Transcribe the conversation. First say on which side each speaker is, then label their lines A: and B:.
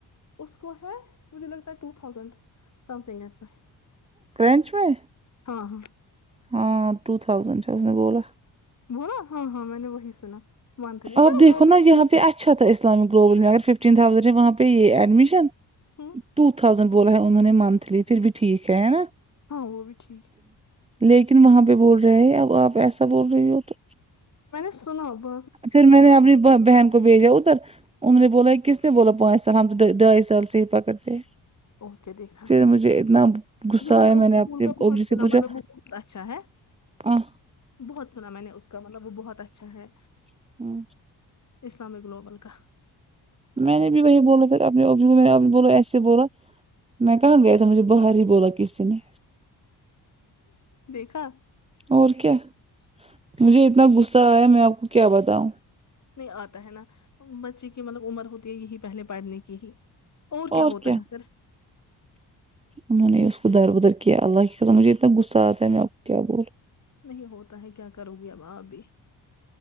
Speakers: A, on the left (about 40°); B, on the right (about 15°).
A: اس کو ہے مجھے لگتا ہے ٹو تھاؤزینڈ سم تھنگ ایسا ہی
B: کرنچ میں
A: ہاں ہاں
B: ہاں ٹو تھاؤزنڈ ہے اس نے بولا
A: بولا ہاں ہاں میں نے وہی سنا منتھلی چلو
B: آپ دیکھو
A: وہ بھی
B: نا
A: ٹھیک
B: یہاں پہ
A: ہے
B: اچھا تھا اسلامک گوبل میں اگر ففٹین تھاؤزنڈ ہے وہاں پہ یہ ایڈمیشن
A: ہے
B: ٹو تھاؤزڈ بولا ہے انہوں نے منتھلی پھر بھی ٹھیک ہے ہے ناں
A: ہاں وہ بھی ٹھیک ہے
B: لیکن وہاں پہ بول رہے ہیں اب آپ ایسا بول رہی ہو تو
A: میں نے سنا ب
B: پھر میر نے اپنی بآ بہن کو بھیجا ادھر انوں نے بولا کس نے بولا پانچ سال ہم تو ڈھائی سال سے ہی پکڑتے
A: اور کیا دیکھا
B: پھر مجھے اتنا غصہ
A: جی
B: آیا
A: اس
B: میں نے
A: اسکول
B: اپنے
A: کا بہت
B: اوجی سے
A: سنا
B: پوچھا
A: مطلب وہ بہت اچھا ہے
B: آہ
A: بہت سنا میں نے اس کا مطلب وہ بہت اچھا ہے
B: آہ
A: اسلامک گلوبل کا
B: میں نے بھی وہی بولا پھر اپنے اب کو میں نے بولا ایسے بولا میں کہاں گیا تھا مجھے باہر ہی بولا کسی نے
A: دیکھا
B: اور کیا مجھے اتنا غصہ آیا میں آپ کو کیا بتاؤں
A: نہیں آتا ہے ناں بچے کی مطلب عمر ہوتی ہے یہی پہلے پڑھنے کی ہی
B: اور
A: ہوتا
B: کیا
A: ہے پھر
B: ان ہو نے اس کو در بدر کیا اللہ کی قسم مجھے اتنا غصہ آتا ہے میں آپ کو کیا بولوں
A: نہیں ہوتا ہے کیا کروگی اب آپ بھی